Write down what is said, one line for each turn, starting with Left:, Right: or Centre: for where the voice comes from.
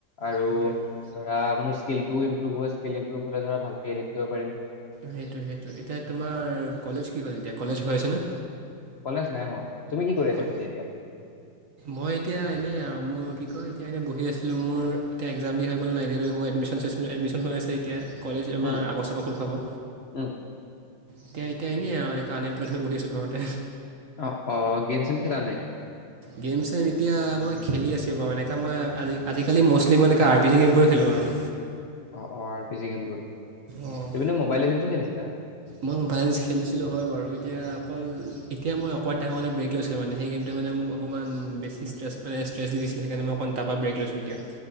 Left: আৰু
Right: সেইটোৱে
Left: ধৰা। মোৰ স্স্কিল টো ইম্প্ৰুভ হয় স্কিল ইম্ৰভ হ'লে ধৰা ভালকে এডিত কৰিব পাৰিম।
Right: সেইটো সেইটো এতিয়া তোমাৰ কলেজ কি হ'ল এতিয়া কলেজ হৈ আছে ন।
Left: কলেজ নাই হোৱা। তুমি কি কৰি আছা
Right: কল
Left: পিছে এতিয়া
Right: মই এতিয়া এনেই আৰু মোৰ কি কয়। এতিয়া এনে বহি আছিলোঁ মোৰ এতিয়া একজাম দি হৈ গ'ল নাই এতিয়াটো অকৌ এডমিচন চেছ এডমিচন হৈ আছে এতিয়া। কলেজ আমাৰ
Left: উম
Right: আগষ্টপা খুল খাব।
Left: উম
Right: এতিয়া এতিয়া এনেই অ আৰু এমপ্লইড হৈ বহি আছোঁ ঘৰতে।
Left: অ অ গেম চেম খেলা নাই।
Right: গেম চেম এতিয়া মই খেলি আছোঁ বাৰু এনেকা মই আজিকালি ম'ষ্টলি মই এনেকৈ আৰ পি জি গেমবোৰে খেলোঁ আৰু।
Left: অ অ পি জি গেমবোৰ
Right: অঁ
Left: তুমিটো মবাইল লিজেণ্ড খেলিছিলা
Right: মই মবাইলেঞ্চ খেলিছিলোঁ হয় বাৰু এতিয়া অকল এতিয়া মই অকণ টাইমৰ কাৰণে ব্ৰেক লৈ মানে সেই গেমটোৱ মানে মোক অকণমান বেছি ষ্টেচ মানে ষ্ট্ৰেছ দিছিলে সেইকাৰণে মই অকণ তাৰপৰা ব্ৰেক লৈছোঁ এতিয়া